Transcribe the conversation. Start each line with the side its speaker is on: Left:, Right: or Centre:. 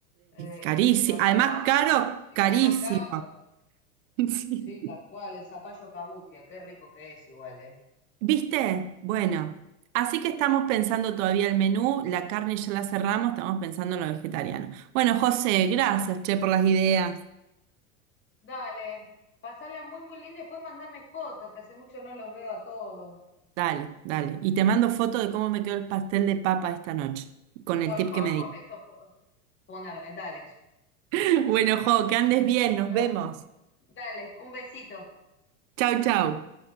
Left: Eh,
Right: carísimo,
Left: te lleva
Right: además
Left: trabajo.
Right: caro,
Left: Sí,
Right: carísimo.
Left: además caro.
Right: <laughs> Sí.
Left: Sí, tal cual, el zapallo cabutia, qué rico que es igual, ¿eh?
Right: ¿Viste? Bueno, así que estamos pensando todavía el menú, la carne ya la cerramos, estamos pensando en lo vegetariano. Bueno, José, gracias, che, por las ideas.
Left: Dale, pasala muy, muy lindo y después mandame fotos, que hace mucho no los veo a todos.
Right: Dale, dale. Y te mando foto de cómo me quedó el pastel de papa esta noche, con
Left: Por
Right: el tip
Left: favor,
Right: que me di.
Left: esto es fu- fundamental. eso.
Right: <laughs> Bueno, Jo, que andes bien, nos
Left: Pero,
Right: vemos.
Left: dale, un besito.
Right: Chau, chau.